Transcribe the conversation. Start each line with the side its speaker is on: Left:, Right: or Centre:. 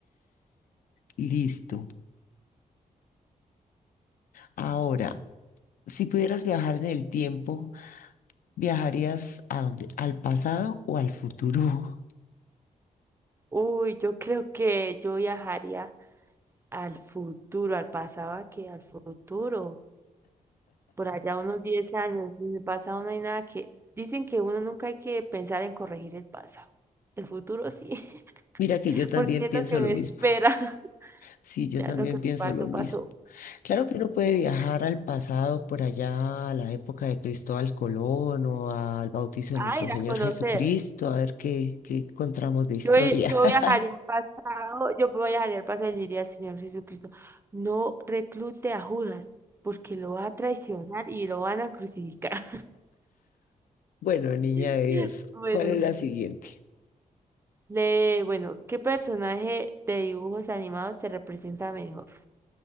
Left: Listo. Ahora, si pudieras viajar en el tiempo. ¿Viajarías a dónde? ¿Al pasado o al futuro?
Right: Uy, yo creo que yo viajaría al futuro, al pasado, ¿a qué? Al futuro. Por allá unos 10 años. En el pasado no hay nada que... Dicen que uno nunca hay que pensar en corregir el pasado. El futuro sí,
Left: <laughs> Mira que
Right: <laughs>
Left: yo también
Right: porque es
Left: pienso
Right: lo que me
Left: lo mismo.
Right: espera. <laughs>
Left: Sí, yo
Right: Ya
Left: también
Right: lo que
Left: pienso
Right: pasó,
Left: lo mismo.
Right: pasó.
Left: Claro que uno puede viajar al pasado, por allá, a la época de Cristóbal Colón o al bautizo de
Right: Ah,
Left: nuestro
Right: ir
Left: Señor
Right: a conocer.
Left: Jesucristo, a ver qué, qué encontramos de historia.
Right: Yo, i- yo
Left: <laughs>
Right: viajaría al pasado, yo viajaría al pasado y le diría al Señor Jesucristo, no reclute a Judas, porque lo va a traicionar y lo van a crucificar.
Left: Bueno, niña
Right: <laughs>
Left: de Dios,
Right: Bueno,
Left: ¿cuál es la siguiente?
Right: le, bueno, ¿qué personaje de dibujos animados se representa mejor?